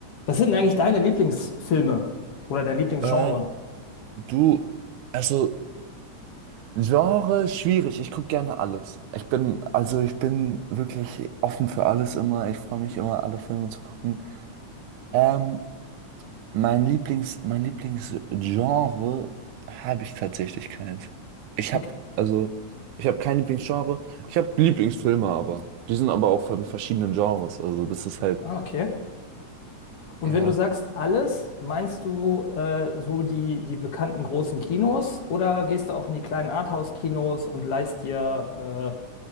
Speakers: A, on the left (about 55°); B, on the right (about 85°).
A: Was sind denn eigentlich deine Lieblingsfilme oder dein Lieblingsgenre?
B: Äh, du, also Genre schwierig. Ich gucke gerne alles. Ich bin, also ich bin wirklich offen für alles immer. Ich freue mich immer, alle Filme zu gucken. Ähm, mein Lieblings, mein Lieblingsgenre habe ich tatsächlich keins. Ich
A: Okay.
B: habe, also ich habe kein Lieblingsgenre. Ich habe Lieblingsfilme, aber die sind aber auch von verschiedenen Genres. Also das ist halt,
A: Ah, okay. Und
B: ja,
A: wenn du sagst alles, meinst du äh, so die, die bekannten großen Kinos oder gehst du auch in die kleinen Arthouse-Kinos und leihst dir